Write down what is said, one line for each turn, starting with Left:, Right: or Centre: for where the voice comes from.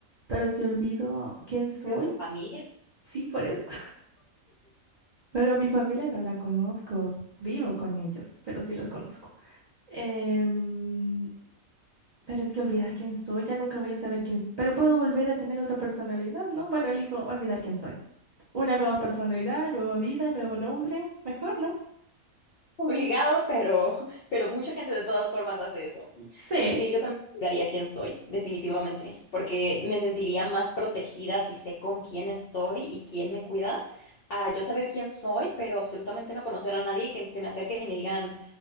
Right: Pero si olvido quién soy,
Left: Pero tu familia,
Right: sí, por eso. Pero mi familia no la conozco, vivo con ellos, pero sí los conozco. Em, pero es que olvidar quién soy, ya nunca voy a saber quién, pero puedo volver a tener otra personalidad, ¿no? Bueno, elijo olvidar quién soy. Una nueva personalidad, nueva vida, nuevo nombre, mejor, ¿no?
Left: obligado, pero, pero mucha gente de todas formas hace eso.
Right: Sé
Left: Sí, yo también cuidaría quién soy, definitivamente, porque me sentiría más protegida si sé con quién estoy y quién me cuida, a yo saber quién soy, pero absolutamente no conocer a nadie y que se me acerquen y me digan,